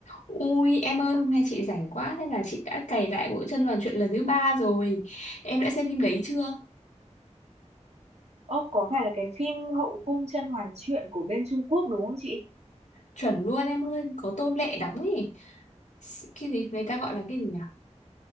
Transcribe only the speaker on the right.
Ơ có phải là cái phim Hậu cung甄嬛truyện của bên Trung Quốc đúng không chị?